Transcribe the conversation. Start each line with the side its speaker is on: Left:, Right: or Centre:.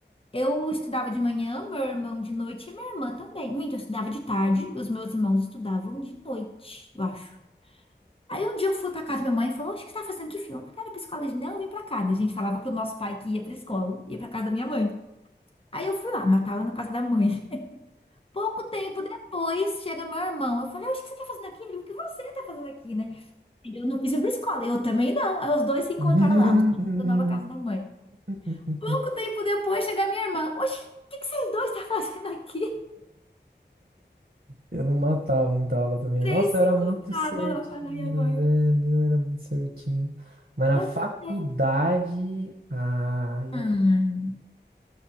Left: Eu estudava de manhã, meu irmão de noite e minha irmã também. Minto, eu estudava de tarde, e os meus irmãos estudavam de noite, eu acho. Aí um dia eu fui pra casa da minha mãe e falou: "Oxe, O que você tá fazendo aqui, filho? Eu não quero ir pra escola hoje, não, eu vim pra cá. Daí A gente falava pro nosso pai que ia pra escola, ia pra casa da minha mãe. Aí eu fui lá, matava na casa da mãe. Pouco tempo depois chega meu irmão. Eu falei, "Oxe, o que você tá fazendo aqui? Ele, o que você tá fazendo aqui, né? Ele, eu não quis ir pra escola. Eu também não. Aí os dois se encontraram
Right: <laughs>
Left: lá, os dois na nova casa da mãe. Pouco
Right: <laughs>
Left: tempo depois chega minha irmã. Oxi, o que que vocês dois tá fazendo aqui?
Right: Eu não matava muita aula também.
Left: Três
Right: Nossa, eu
Left: se
Right: era
Left: encontravam
Right: muito certinho,
Left: lá na casa da minha mãe.
Right: velho. Eu era muito certinho. Mas na
Left: Eu
Right: faculdade.
Left: também.
Right: Ah, eu
Left: Hum,
Right: aproveitei.